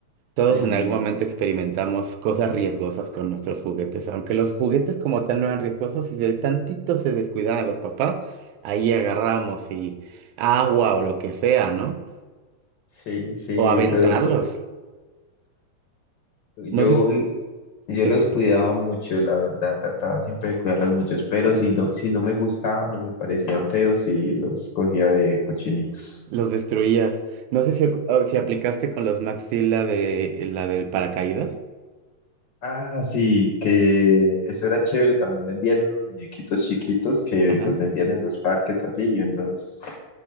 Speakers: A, on the right; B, on the left.
A: Todos
B: Sí,
A: en algún momento experimentamos cosas riesgosas con nuestros juguetes, aunque los juguetes como tal no eran riesgosos, si de tantito se descuidaban los papás, ahí agarramos y agua o lo que sea, ¿no?
B: sí, sí.
A: O aventarlos.
B: los po- yo,
A: No sé si
B: yo
A: descu-
B: los cuidaba mucho, la verdad. Trataba siempre de cuidarlos muchos, pero si no, si no me gustaban o me parecían feos, sí los cogía de cochinitos.
A: los destruías. No sé si, o- si aplicaste con los Max Steel la de la del paracaídas.
B: Ah, sí, que eso era chévere. También vendían unos muñequitos chiquitos que
A: Ajá.
B: los vendían en los parques o así, y unos